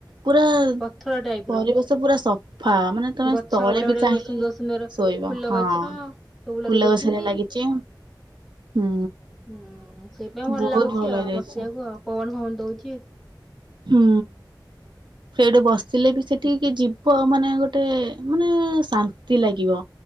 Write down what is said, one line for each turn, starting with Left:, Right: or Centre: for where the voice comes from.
Right: ପୁରା
Centre: ପଥର ଟାଇପ
Right: ପରିବେଶ
Centre: ର
Right: ପୁରା ସଫା ମାନେ ତମେ
Centre: ଗଛ
Right: ତଳେ
Centre: ଗୁଡା ଗୁଡା
Right: ବି ଚାହିଁଲେ
Centre: ସୁନ୍ଦର ସୁନ୍ଦର
Right: ଶୋଇବ
Centre: ଫୁଲ
Right: ହଁ
Centre: ଗଛ ସବୁ
Right: ଫୁଲ
Centre: ଲଗେଇଦେଇଛନ୍ତି।
Right: ଗଛ ହେରା ଲାଗିଛି ହୁଁ।
Centre: ହୁଁ ସେଇପାଇଁ ଭଲ
Right: ବହୁତ
Centre: ଲାଗୁଛି ଆଉ
Right: ହେଇଯାଇଛି
Centre: ବସିବାକୁ ଆଉ ପବନ ଫବନ ଦଉଛି।
Right: ହୁଁ। ସେଡ଼ୁ ବସିଥିଲେ ବି ସେଠିକି ଯିବ ମାନେ ଗୋଟେ ମାନେ ଶାନ୍ତ ଶାନ୍ତି ଲାଗିବ